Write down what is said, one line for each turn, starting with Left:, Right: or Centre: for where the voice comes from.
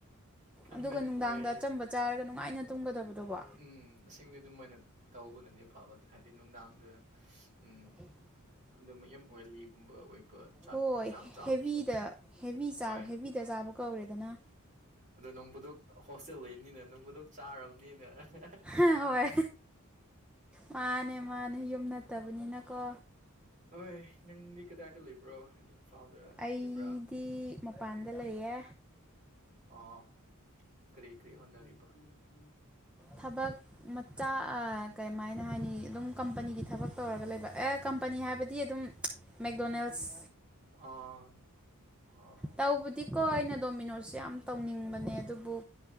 Right: ꯈꯪꯗꯦ
Centre: ꯑꯗꯨꯒ ꯅꯨꯡꯗꯥꯡꯗ
Right: ꯃꯣꯏ
Centre: ꯑꯆꯝꯕ ꯆꯥꯔꯒ ꯅꯨꯡꯉꯥꯏꯅ ꯇꯨꯝꯒꯗꯕꯗꯨꯕꯣ
Right: ꯎꯝ ꯑꯁꯦꯡꯕꯗꯤ ꯑꯗꯨꯝ ꯃꯥꯏꯅ ꯇꯧꯕꯅꯅꯦ ꯐꯕꯅꯦ ꯍꯥꯏꯗꯤ ꯅꯨꯡꯗꯥꯡꯗ ꯎꯝ
Centre: <inaudible>
Right: ꯑꯗꯨꯝ ꯌꯥꯝ ꯑꯣꯏꯂꯤꯒꯨꯝꯕ ꯑꯣꯏꯕ ꯆꯥꯛ
Centre: ꯍꯣꯏ
Right: ꯏꯟꯁꯥꯡ ꯆꯥꯕꯁꯨ
Centre: ꯍꯦꯚꯤꯗ ꯍꯦꯚꯤ ꯆꯥꯕ
Right: ꯍꯣꯏ
Centre: ꯍꯦꯚꯤꯗ ꯆꯥꯕ ꯀꯧꯔꯦꯗꯅ
Right: ꯑꯗꯣ ꯅꯣꯡꯐꯗꯣꯛꯗ ꯍꯣꯁꯇꯦꯜ ꯂꯩꯕꯅꯤꯅ ꯅꯣꯡꯐꯗꯣꯛ ꯆꯥꯔꯕꯅꯤꯅ ꯅꯨꯡꯗꯥꯡ
Centre: ꯍ ꯍꯣꯏ ꯃꯥꯅꯦ ꯃꯥꯅꯦ ꯌꯨꯝ ꯅꯠꯇꯕꯅꯤꯅꯀꯣ
Right: ꯍꯣꯏ ꯅꯪꯗꯤ ꯀꯗꯥꯏꯗ ꯂꯩꯕ꯭ꯔꯣ ꯍꯥꯏꯗꯤ ꯏꯝꯐꯥꯜꯗ
Centre: ꯑꯩꯗꯤ
Right: ꯂꯩꯕ꯭ꯔꯥ
Centre: ꯃꯄꯥꯟꯗ ꯂꯩꯌꯦ
Right: ꯑꯣ ꯀꯔꯤ ꯀꯔꯤ ꯍꯣꯠꯅꯔꯤꯕ ꯎ
Centre: ꯊꯕꯛ ꯃꯆꯥ ꯑ ꯀꯃꯥꯏꯅ ꯍꯥꯏꯅꯤ ꯑꯗꯨꯝ ꯀꯝꯄꯅꯤꯒꯤ ꯊꯕꯛ ꯇꯧꯔꯒ ꯂꯩꯕ ꯑꯦ ꯀꯝꯄꯅꯤ ꯍꯥꯏꯕꯗꯤ ꯑꯗꯨꯝ ꯃꯦꯛꯗꯣꯅꯦꯜꯁ
Right: ꯑꯣ ꯑꯣ
Centre: ꯇꯧꯕꯗꯤꯀꯣ ꯑꯩꯅ ꯗꯣꯃꯤꯅꯣꯁꯦ ꯌꯥꯝ ꯇꯧꯅꯤꯡꯕꯅꯦ ꯑꯗꯨꯕꯨ